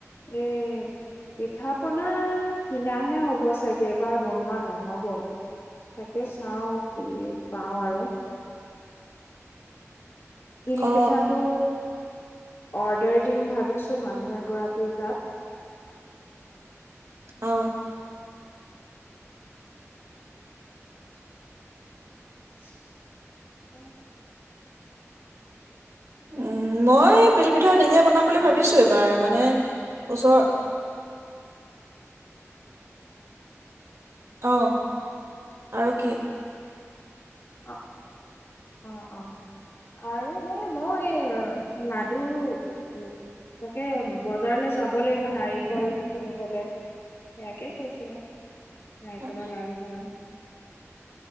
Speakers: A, on the left (about 55°); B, on the right (about 75°).
A: এ, পিঠা-পনা কিনাহে হ'ব চাগে, এইবাৰ বনোৱা নহ'ব। তাকে চাওঁ কি পাওঁ আৰু। তিলপিঠাটো
B: অ
A: অৰ্ডাৰ দিম ভাবিছোঁ, মানুহ এগৰাকীৰ তাত।
B: অ।
A: <inaudible>
B: উম, মই তিলপিঠা নিজ নি বনাম বুলি
A: আৰু
B: ভাবিছোঁ। এইবাৰ মানে ওচৰত অহ আৰু কি?
A: অ, অ, অ আৰু হেই ময়ো এ লাডু, ও, তাকে বজাৰলৈ যাব লাগিব, নাৰিকল কিনিবলে, সেয়াকে কৈছিলো। নাৰিকলৰ
B: অ
A: লাৰু বনাম।